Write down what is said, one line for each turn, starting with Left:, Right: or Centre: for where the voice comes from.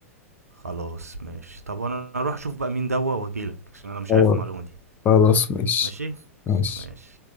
Right: خلاص ماشي طب انا اروح اشوف بقى مين دوا واجيلك عشان انا مش
Left: اه
Right: عارف المعلومه دي
Left: خلاص ماشي
Right: ماشي
Left: ماشي
Right: ماشي